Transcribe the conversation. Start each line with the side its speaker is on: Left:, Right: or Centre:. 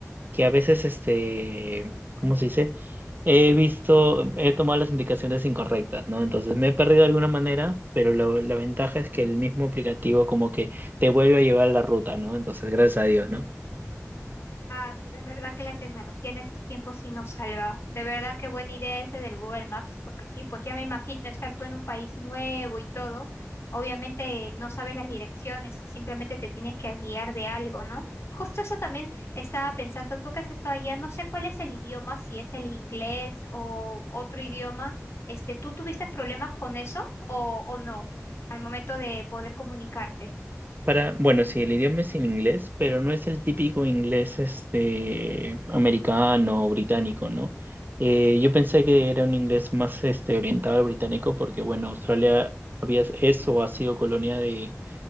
Right: que a veces, este, ¿cómo se dice? He visto, em, he tomado las indicaciones incorrectas, ¿no? Entonces me he perdido de alguna manera, pero lo- la ventaja es que el mismo aplicativo como que te vuelve a llevar la ruta, ¿no? Entonces, gracias a Dios, ¿no?
Left: Ah, su- de verdad que la tecnología en estos tiempos sí nos salva. De verdad que buena idea ese del Google Maps, porque sí, pues ya me imagino estar tú en un país nuevo y todo. Obviamente no sabes las direcciones y simplemente te tienes que guiar de algo, ¿no? Justo eso también estaba pensando, tú que has estado allá, no sé cuál es el idioma, si es el inglés o otro idioma. Este, ¿tú tuviste problemas con eso o, o no al momento de poder comunicarte?
Right: Para, bueno, sí, el idioma es en inglés, pero no es el típico inglés, este, americano o británico, ¿no? Eh, yo pensé que era un inglés más, este, orientado al británico porque, bueno, Australia había, eso ha sido colonia de